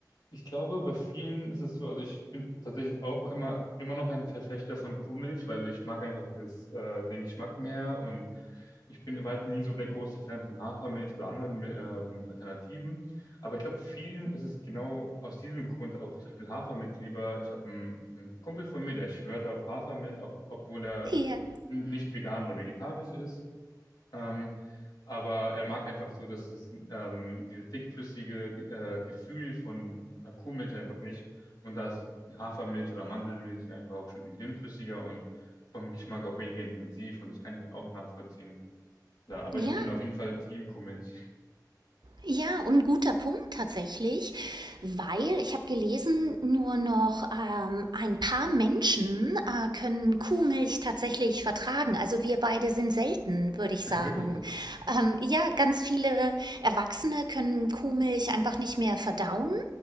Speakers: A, on the left; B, on the right.
A: ich glaube, bei vielen ist es so, also ich bin tatsächlich auch immer, immer noch ein Verfechter von Kuhmilch, weil ich mag einfach dieses, äh, den Geschmack mehr und ich bin weit nie so der große Fan von Hafermilch oder anderen ähm, Alternativen. Aber ich glaube, vielen ist es genau aus diesem Grund auch zum Beispiel Hafermilch lieber. Ich habe einen, einen Kumpel von mir, der schwört auf Hafermilch, auch, obwohl er
B: Ja.
A: k- nicht vegan oder vegetarisch ist. Ähm, aber er mag einfach so, dass es ähm, dieses dickflüssige äh, Gefühl von äh, Kuhmilch einfach nicht. Und da ist Hafermilch oder Mandelmilch ja einfach auch schon viel dünnflüssiger und vom Geschmack auch weniger intensiv. Und das kann ich dann auch nachvollziehen. Klar, aber
B: Ja,
A: ich bin auf jeden Fall Team Kuhmilch.
B: Ja, und guter Punkt tatsächlich, weil ich habe gelesen, nur noch ähm, ein paar Menschen äh, können Kuhmilch tatsächlich vertragen. Also wir beide sind selten, würde ich
A: <laughs> Ach,
B: sagen.
A: Wirklich.
B: Ähm, ja, ganz viele Erwachsene können Kuhmilch einfach nicht mehr verdauen